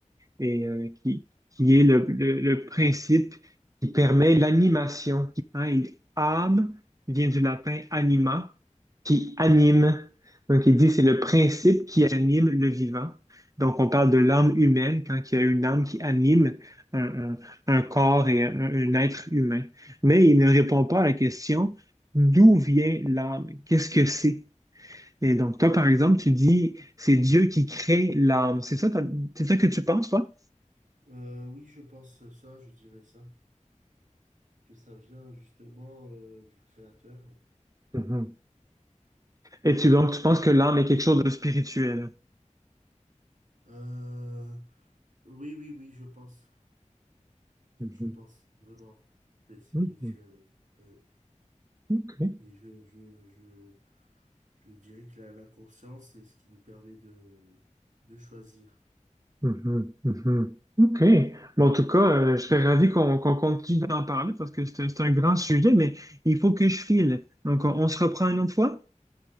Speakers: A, on the right; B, on the right.
A: et euh, qui, qui est le, le- le principe qui permet l'animation. Hein, il- âme vient du latin anima, qui anime. Donc, il dit c'est le principe qui anime le vivant. Donc, on parle de l'âme humaine quand il y a une âme qui anime un, un- un corps et un, un être humain. Mais il ne répond pas à la question d'où vient l'âme? Qu'est-ce que c'est? Et donc, toi, par exemple, tu dis, c'est Dieu qui crée l'âme. C'est ça, ta- c'est ça que tu penses, toi?
B: Euh, oui, je pense à ça, je dirais ça, que ça vient justement euh, du créateur.
A: Mhm. Et tu donc, tu penses que l'âme est quelque chose de spirituel?
B: Euh, oui, oui, oui, je pense,
A: Mhm.
B: je pense, vraiment, c'est spirituel.
A: Mhm.
B: Euh,
A: OK.
B: et je, je, je, je dirais que la, la conscience, c'est ce qui nous permet de, de choisir.
A: Mhm, mhm. OK. Bon, en tout cas, euh, je serais ravi qu'on qu'on continue d'en parler parce que c'est un c'est un grand sujet, mais il faut que je file. Donc, on, on se reprend une autre fois?